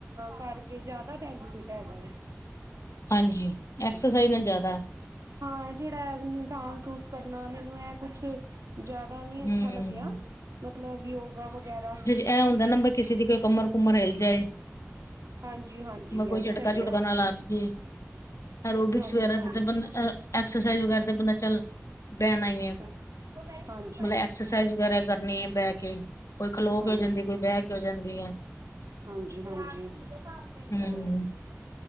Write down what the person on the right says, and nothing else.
ਕਰਕੇ ਜ਼ਿਆਦਾ ਬੈਨੀਫਿਟ ਹੈਗਾ ਐ।
ਹਾਂ, ਜੇੜਾ ਐਗ ਡਾਂਗ ਚੂਸ ਕਰਨਾ, ਮੈਨੂੰ ਇਹ ਕੁਛ ਜਾਦਾ ਨੀ ਅੱਛਾ
ਲੱਗੇਆ, ਮਤਲਬ ਯੋਗਾ ਵਗੈਰਾ
ਹਾਂਜੀ ਹਾਂਜੀ
ਇਹ ਵੀ
ਸਹੀ
ਹੈ
ਹਾਂਜੀ
ਹਾਂਜੀ
ਹ ਹਾਂ-
ਹਾਂਜੀ
ਹਾਂਜੀ ਹਾਂਜੀ
ਓਈ